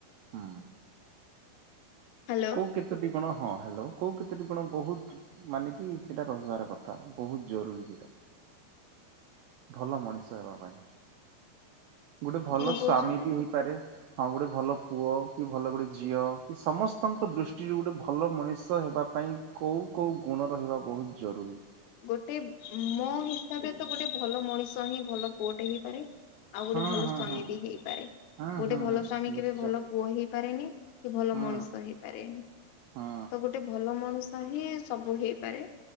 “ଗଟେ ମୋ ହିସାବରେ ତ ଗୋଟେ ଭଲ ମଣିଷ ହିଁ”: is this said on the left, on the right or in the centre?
Left